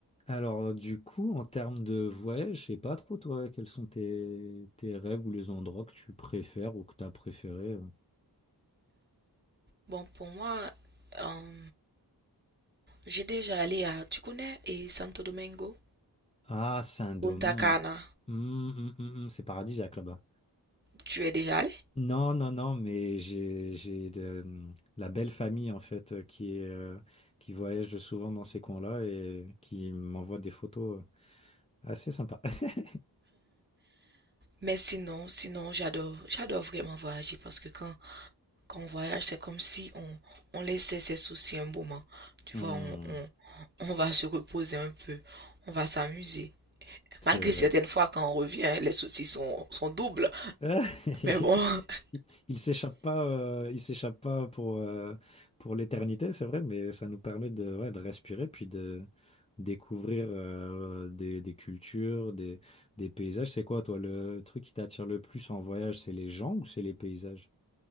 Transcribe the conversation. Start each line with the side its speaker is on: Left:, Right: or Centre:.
Left: Alors, du coup, en termes de voyage, je sais pas trop, toi, quels sont tes, tes rêves ou les endroits que tu préfères ou que tu as préféré. euh.
Right: Bon, pour moi, euh, j'ai déjà allé à, tu connais, et Santo Domingo,
Left: Ah, Saint-Domingue.
Right: Punta Cana,
Left: Hum, hum, hum, hum, c'est paradisiaque là-bas.
Right: tu es déjà allé?
Left: Non, non, non, mais j'ai, j'ai de- mmh, la belle famille, en fait, euh, qui est, euh, qui voyage souvent dans ces coins-là et qui m'envoie des photos euh, assez sympas. <laughs>
Right: Mais sinon, sinon, j'adore, j'adore vraiment voyager parce que quand, quand on voyage, c'est comme si on, on laissait ses soucis un moment. Tu
Left: Hum,
Right: vois, on, on, on va se reposer un peu, on va s'amuser.
Left: c'est
Right: Malgré
Left: vrai.
Right: certaines fois, quand on revient, les soucis sont, sont doubles.
Left: Ah, <laughs>
Right: Mais bon, <laughs>
Left: Il il s'échappe pas, euh, il s'échappe pas pour, euh, pour l'éternité, c'est vrai, mais ça nous permet de, ouais, de respirer, puis de découvrir euh, des, des cultures, des, des paysages. C'est quoi, toi, le truc qui t'attire le plus en voyage, c'est les gens ou c'est les paysages?